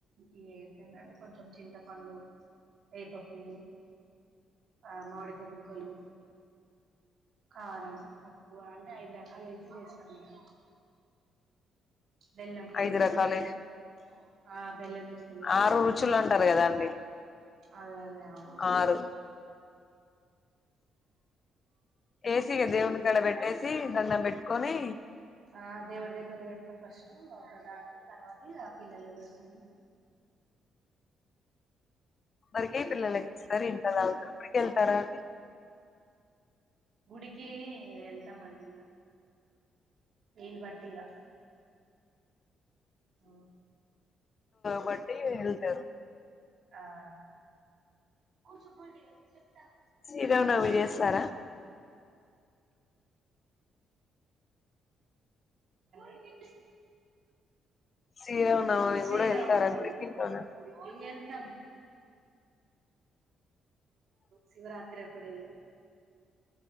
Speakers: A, on the right (about 60°); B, on the left (about 45°).
A: ఇ ఏంటంటే కొంచెం చింతపండు వేప పువ్వు ఆ మాడిక ముక్కలు కారం ఒప్పు అని ఐదు రకాల ఎసి వేస్తామ ఇగ బెల్లం బెల్లం
B: ఐదు రకాలే
A: కూడా ఇస్తాం ఆ బెల్లం ఎస్తాము
B: ఆరు రుచులు అంటారు కదా అండి
A: అదే అదే అవును
B: ఆరు ఏసిగా దేవుని గడ పెట్టేసి దండం పెట్టుకొని
A: ఆ దేవుడి దగ్గర పెడతా ఫస్ట్ ఒక దాట్లో తర్వాత ఆ పిల్లలు పెడుతా ఇగ
B: మరికే పిల్లలకి ఇస్తారు ఇట్ దాగుతారు ఇప్పుడికెళ్తారా అడి
A: గుడికి వెళ్తామండి వీలు బట్టిగా ఆ
B: బట్ హళ్తేరు
A: ఆ
B: శ్రీరవునమి చేస్తారా
A: ఏంటండి
B: శ్రీరామనవమి
A: శ్రీరామనవమి
B: కూడా వెళ్తారా గుడికి
A: కూడా
B: ఇంట్లోనా
A: గుడికి వెళ్తాం శివరాత్రి ఎప్పుడు